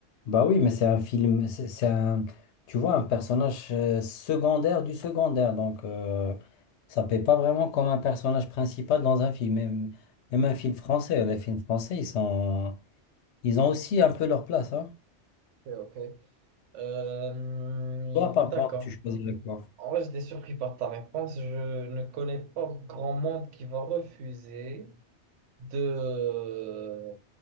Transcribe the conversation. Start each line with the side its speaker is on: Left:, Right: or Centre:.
Left: Bah oui, mais c'est un film, c'est c'est un, tu vois, un personnage euh, secondaire du secondaire, donc euh, ça paie pas vraiment comme un personnage principal dans un film, même, même un film français. Les films français, ils sont, ils ont aussi un peu leur place, hein.
Right: Ok, ok. Euh,
Left: Toi, par
Right: d'accord.
Left: contre, tu choisirais quoi?
Right: En vrai, j'étais surpris par ta réponse. Je ne connais pas grand monde qui va refuser de...